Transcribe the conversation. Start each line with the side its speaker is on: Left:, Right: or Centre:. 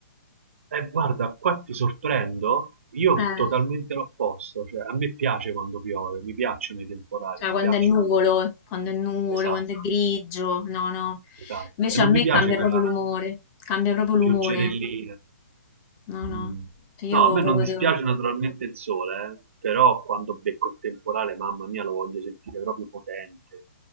Right: Eh, guarda, qua ti sorprendo, io
Left: Eh,
Right: sono totalmente l'opposto, cioè a me piace quando piove, mi piacciono i temporali,
Left: cioè
Right: mi
Left: quando
Right: piacciono
Left: è nuvolo,
Right: i fiumi.
Left: quando è nuvolo,
Right: Esatto,
Left: quando è grigio, no, no.
Right: esatto.
Left: Invece
Right: E non
Left: a me
Right: mi piace
Left: cambia
Right: quella
Left: proprio l'umore, cambia proprio l'umore,
Right: pioggerellina.
Left: no, no.
Right: Mm.
Left: Cioè,
Right: No,
Left: Io
Right: a me
Left: proprio
Right: non dispiace
Left: devo...
Right: naturalmente il sole, eh, però quando becco il temporale, mamma mia, lo voglio sentire proprio potente.